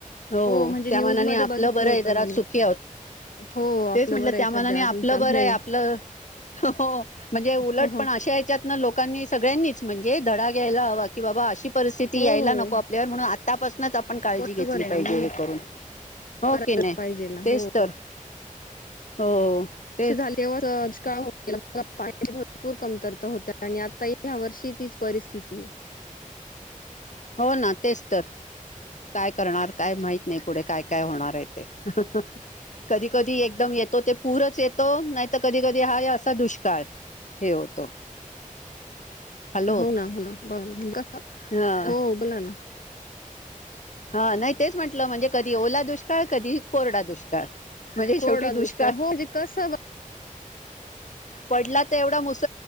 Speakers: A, on the left; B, on the left.
A: हो
B: म्हणजे
A: त्या
B: न्यूज
A: मना
B: मध्ये
A: आपलं
B: बघितलं
A: बरं
B: होतं
A: आहे जरा
B: ना
A: सुखी
B: मी
A: आहोत
B: हो आपलं
A: तेच म्हटलं
B: बरं
A: त्या
B: आहे
A: मनाने
B: सध्या
A: आपलं
B: अजून चाललंय
A: बरं आहे आपलं हो म्हणजे उलट
B: हो हो
A: पण अशा ह्याच्यात न लोकांनी सगळ्यांनीच म्हणजे धडा घ्यायला हवा की बाबा अशी परिस्थिती
B: हो
A: यायला
B: हो
A: नको आपल्यावर म्हणून आता पासु नच आपण काळजी
B: बरोबर
A: घेतली
B: आहे
A: पाहिजे
B: ना मग
A: हे करून हो
B: करायलाच
A: की नाही
B: पाहिजे ना
A: तेच
B: हो
A: तर हो. तेच
B: श झाले तेव्हा का <unintelligible> पाण्याची भरपूर कमतरता होते आणि आता ह्या वर्षी तीच परिस्थिती
A: हो ना तेच तर काय करणार काय माहित नाही पुढे काय काय होणार आहे ते कधी कधी एकदम येतो ते पूरच येतो नाही तर कधी कधी हाय असा दुष्काळ हे होतो. हॅलो
B: हो ना हो ना बरं म्हणजे कसं
A: हा
B: हो बला ना.
A: हा नाही तेच म्हंटलं म्हणजे कधी ओला दुष्काळ कधी कोरडा दुष्काळ. म्हणजे
B: कोरडा
A: शेवटी दुष्काळ
B: हो म्हणजे कसं
A: पडला तर एवढा मुस